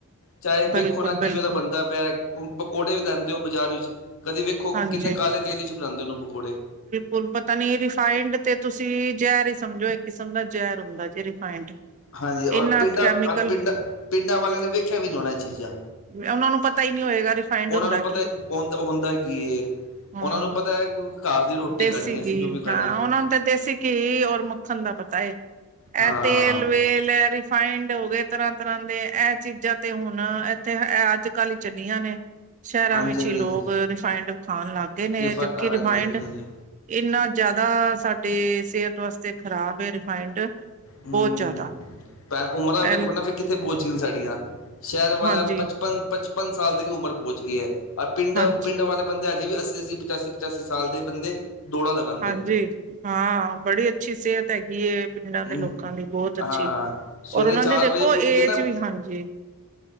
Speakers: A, on the left; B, on the right.
A: ਚਾਹੇ
B: ਬਿਲਕੁਲ-ਬਿਲਕੁਲ
A: ਵੇਖੋ ਨਾ ਕਿਵੇਂ ਦਾ ਬਣਦਾ ਪਿਆ ਹ ਪਕੌੜੇ ਵੀ ਲੈਂਦੇ ਹੋ ਬਾਜ਼ਾਰ ਵਿੱਚ ਕਦੇ ਵੇਖੋ
B: ਹਾਂਜੀ
A: ਕਿੰਨੇ ਕਾਲੇ ਤੇਲ ਚ ਬਨਾਦੇ ਔ ਪਕੌੜੇ।
B: ਹੁਣ ਪਤਾ ਨੀ ਰਿਫਾਈੰਡ ਤੇ ਤੁਸੀਂ ਜਹਿਰ ਹੀ ਸਮਝੋ ਇੱਕ ਕਿਸਮ ਦਾ ਜੈਰ ਹੁੰਦਾ ਜੇ ਰਿਫਾਇੰਡ
A: ਹਾਂਜੀ ਔਰ
B: ਇੰਨਾ
A: ਪਿੰਡਾਂ,
B: ਕੈਮੀਕਲ
A: ਔਰ ਪਿੰਡਾਂ ਪਿੰਡਾਂ ਵਾਲਿਆਂ ਨੇ ਵੇਖਿਆ ਵੀ ਨਹੀਂ ਹੋਣੀਆ ਇਹ ਚੀਜ਼ਾਂ।
B: ਉਹਨਾਂ ਨੂੰ ਪਤਾ ਹੀ ਨਹੀਂ ਹੋਏਗਾ ਰਿਫਾਇੰਡ
A: ਉਹਨਾਂ
B: ਹੁੰਦਾ
A: ਨੂੰ ਪਤਾ ਹੀ ਹੁੰਦਾ ਕੀ।
B: ਹਮ
A: ਉਹਨਾਂ ਨੂੰ ਪਤਾ ਹੈ ਕਿ ਘਰ ਦੀ ਰੋਟੀ
B: ਦੇਸੀ
A: ਖਾਣੀ ਹੈ, ਅਸੀਂ
B: ਘੀ
A: ਜੋ ਵੀ ਖਾਣੀ
B: ਹਾਂ ਉਹਨਾਂ ਨੂੰ ਤੇ ਦੇਸੀ ਘੀ ਔਰ ਮੱਖਣ ਦਾ ਪਤਾ ਇਹ
A: ਹਾਂ
B: ਤੇਲ ਵੇਲ ਰਿਫਾਇੰਡ ਹੋ ਗਏ ਤਰ੍ਹਾਂ ਤਰ੍ਹਾਂ ਦੇ ਇਹ ਚੀਜ਼ਾਂ ਤੇ ਹੁਣ ਇੱਥੇ ਅੱਜ ਕੱਲ੍ਹ ਹੀ ਚੱਲੀਆਂ ਨੇ ਸ਼ਹਿਰਾਂ
A: ਹਾਂਜੀ
B: ਵਿੱਚ
A: ਹਾਂਜੀ
B: ਹੀ ਲੋਕ
A: ਹਾਂਜੀ
B: ਰਿਫਾਇੰਡ ਖਾਣ ਲੱਗ ਗਏ ਨੇ
A: ਰਿਫ
B: ਜਬਕੀ
A: ਹਾਂਜੀ
B: ਰਿਫਾਇੰਡ
A: ਹਾਂਜੀ ਹਾਂਜੀ
B: ਇੰਨਾ ਜ਼ਿਆਦਾ ਸਾਡੇ ਸਿਹਤ ਵਾਸਤੇ ਖਰਾਬ ਹੈ ਰਿਫਾਇੰਡ
A: ਹੂੰ
B: ਬਹੁਤ ਜ਼ਿਆਦਾ।
A: ਭੈਣ ਉਮਰਾਂ
B: ਪਹਿਲ
A: ਵੇਖੋ ਨਾ ਫਿਰ ਕਿੱਥੇ ਪੋਚਗੀ ਸਾਡੀਆਂ ਸ਼ਹਿਰ ਵਾਲਾ
B: ਹਾਂਜੀ
A: ਪਚਪਨ ਪਚਪਨ ਪੰਜ ਸਾਲ ਤੱਕ ਉਮਰ ਪਹੁੰਚ ਗਈ ਹੈ ਪਿੰਡਾਂ
B: ਹਾਂਜੀ
A: ਪਿੰਡ ਵਾਲੇ ਬੰਦੇ ਹਜੇ ਵੀ ਅੱਸੀ ਅੱਸੀ ਪਚਾਸੀ ਪਚਾਸੀ ਸਾਲ ਦੇ ਬੰਦੇ ਦੌੜਾ ਲਗਾਣਾ
B: ਹਾਂਜੀ ਹਾਂ ਬੜੀ ਅੱਛੀ ਸਿਹਤ ਹੈਗੀਏ ਪਿੰਡਾਂ
A: ਨੇ
B: ਦੇ ਲੋਕਾਂ ਦੀ ਬਹੁਤ ਅੱਛੀ
A: ਹਾਂ
B: ਔਰ
A: ਸਵੇਰੇ
B: ਉਹਨਾਂ ਦੀ
A: ਚਾਰ
B: ਦੇਖੋ
A: ਵਜੇ ਉੱਠ
B: ਏਜ
A: ਕੇ ਨਾ
B: ਵੀ ਹਾਂਜੀ